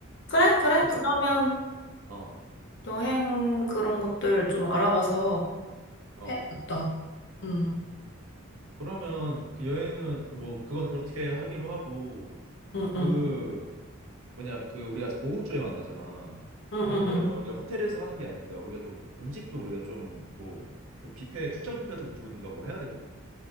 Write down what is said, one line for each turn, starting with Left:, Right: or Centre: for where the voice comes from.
Left: 그래, 그래.
Right: 어떻게,
Left: 그러면
Right: 어,
Left: 여행 그런 것들 좀 알아봐서
Right: 어.
Left: 해야겠다. 음,
Right: 그러면 그 여행은 뭐 그건 그렇게 하기로 하고
Left: 음,
Right: 그
Left: 음.
Right: 뭐냐 그 우리가 오후쯤에 만나잖아.
Left: 응, 응,
Right: 그러면
Left: 응.
Right: 우리가 호텔에서 하는 게 아니니까 우리가 또 음식도 우리가 좀 뭐 그 뷔페 출장 뷔페 같은 거 부르든가 뭐 해야 되거든.